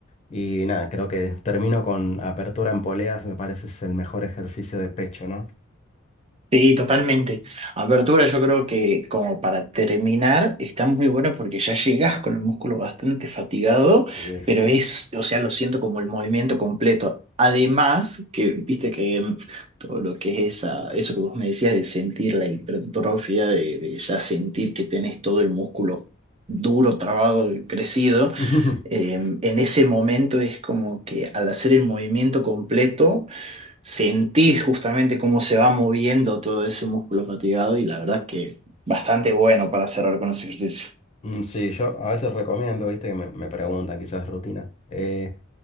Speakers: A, on the left; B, on the right.
A: Y nada, creo que termino con apertura en poleas, me parece es el mejor ejercicio de pecho, ¿no?
B: Sí, totalmente. Apertura, yo creo que como para terminar, está muy bueno porque ya llegas con el músculo bastante fatigado,
A: Sí.
B: pero es, o sea, lo siento como el movimiento completo. Además, que viste que mm, todo lo que es esa, eso que vos me decías de sentir la hipertrofia, de, de ya sentir que tenés todo el músculo duro, trabado y crecido,
A: <laughs>
B: eh, en ese momento es como que al hacer el movimiento completo sentís justamente cómo se va moviendo todo ese músculo fatigado y la verdad que bastante bueno para cerrar con ese ejercicio.
A: Mm, Sí, yo a veces recomiendo, viste, que me, me preguntan quizás rutina. Eh,